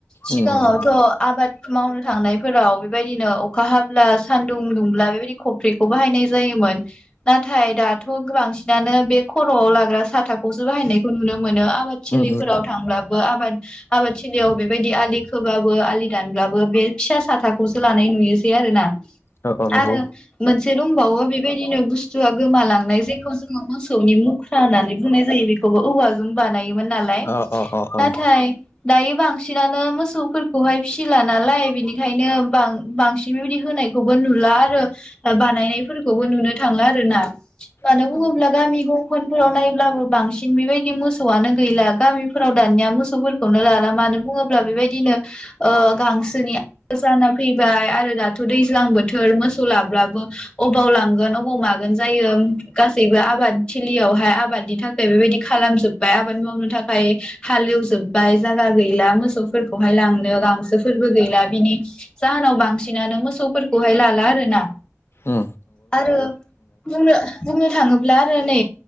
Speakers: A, on the left; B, on the left.
A: सिगाङावथ'
B: उम नंगौ
A: आबाद मावनो थांनायफोराव बेबायदिनो अखा हाब्ला सानदुं दुंब्ला बेबायदि खफ्रिखौ बाहायनाय जायोमोन। नाथाइ दाथ' बांसिनानो बे खर' आव लाग्रा साथा खौसो बाहायनायखौ नुनो मोनो आबाद थिलिफोराव
B: उम
A: थांब्लाबो आबाद आबादथिलियाव बेबायदि आलि खोबाबो आलि दानब्लाबो बे फिसा साथाखौसो लानाय नुयोसै आरोना।
B: औ औ नंगौ
A: आरो मोनसे दंबावो बेबायदिनो बुस्थुआ गोमालांनाय जेखौ जोङो मोसौनि मुख्रा होननानै बुंनाय जायो बेखौबो औवाजों बानायोमोन नालाय।
B: अ अ अ औ
A: नाथाय दायो बांसिनानो मोसौफोरखौहाय फिसिला नालाय बिनिखायनो बां-बांसिन बेबायदि होना यखौबो नुला आरो दा बानायनायफोरखौबो नुनो थांला आरोना। मानो
B: उम
A: बुङोब्ला गामि गंखनफोराव नायब्लाबो बांसिन बेबायदि मोसौआनो गैला गामिफोराव दानिया मोसौफोरखौनो लाला मानो बुङोब्ला बेबायदिनो ओ गांसोनि जाना फैबाय आरो दाथ' दैज्लां बोथोर मोसौ लाब्लाबो अबाव लांगोन अबाव मा गोन जायो। गासैबो आबाद थिलियावहाय आबादनि थाखाय बाय बेबायदि खालामजोबबाय आबाद मावनो थाखाय हालेवजोबबाय जायगा गैला मोसौफोरखौहाय लांनो गांसोफोरबो गैला बिनि जाहोनाव बांसिनानो मोसौफोरखौहाय लाला आरोना।
B: उम।
A: आरो बुंनो बुंनो थाङोब्ला आरो नै